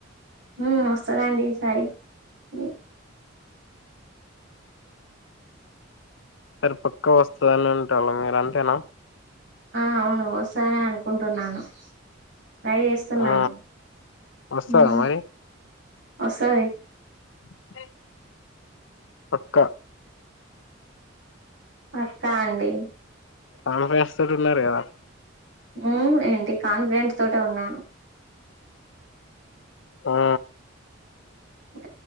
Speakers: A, on the right; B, on the left.
A: హు వస్తదండి ఈసారి ఉ
B: సరి పక్కా వస్తుందని ఉంటారు మీరు అంతేనా
A: ఆ అవును వస్తదనే అనుకుంటున్నాను ట్రై చే ఉన్నాను
B: ఆ వస్తదా
A: ఉ
B: మరి
A: వస్తది
B: <unintelligible> పక్క
A: పక్కా అండి
B: కాన్ఫిడెన్స్ తోటి ఉన్నారు కదా
A: ఉ ఏంటి కాన్ఫిడెంట్ తోటే ఉన్నాను
B: ఆ
A: ఉ